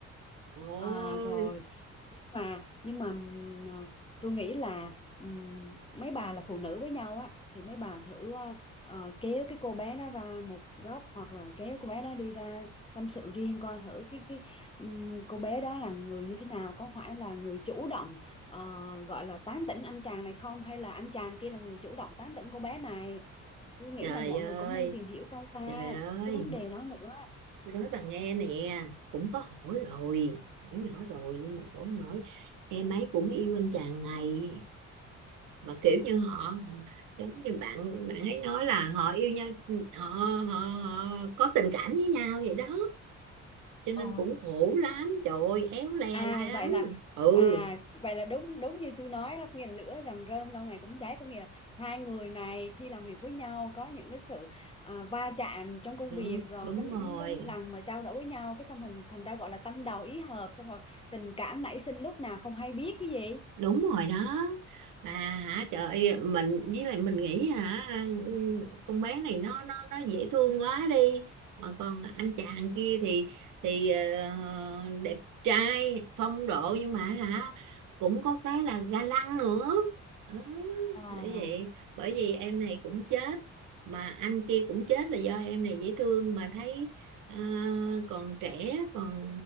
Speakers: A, on the right; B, on the left.
A: ôi
B: À rồi nhưng mà nhưng mà ừm, ờ, tôi nghĩ là ừm, mấy bà là phụ nữ với nhau á thì mấy bà thử ờ, ờ, kéo cái cô bé đó ra một góc hoặc là kéo cô bé đó đi ra tâm sự riêng coi thử cái cái ừm, cô bé đó là người như thế nào có phải là người chủ động ờ, gọi là tán tỉnh anh chàng này không hay là anh chàng kia là người chủ động tán tỉnh cô bé này tôi nghĩ
A: trời
B: là mọi
A: ơi
B: người cũng nên tìm hiểu sâu xa
A: trời ơi
B: cái vấn đề đó nữa
A: Tôi nói bà nghe nè cũng có hỏi rồi hỏi nhỏ rồi nhưng mà cổ nói em ấy cũng yêu anh chàng này mà kiểu như họ giống như bạn bạn ấy nói là họ yêu nhau họ họ, họ có tình cảm với nhau vậy đó cho nên
B: Ờ,
A: cũng khổ lắm trời ơi éo le
B: À
A: la lắm
B: vậy là
A: ừ
B: à vậy là đúng đúng như tôi nói đó nghĩa là lửa gần rơm lâu ngày cũng cháy có nghĩa là hai người này khi làm việc với nhau có những cái sự à, va chạm trong công
A: đúng,
B: việc rồi
A: đúng
B: có những
A: rồi
B: cái lần mà trao đổi với nhau cái xong thành thành ra gọi là tâm đầu ý hợp xong rồi tình cảm nảy sinh lúc nào không hay biết chứ gì
A: đúng rồi đó mà hả trời ơi, mình với lại mình nghĩ hả ừ, con bé này nó nó nó dễ thương quá đi mà còn anh chàng kia thì thì ờ, đẹp trai phong độ nhưng mà hả cũng có cái là ga lăng nữa Đó,
B: À.
A: bởi vậy bởi vì em này cũng chết mà anh kia cũng chết là do em này dễ thương mà thấy ờ, còn trẻ còn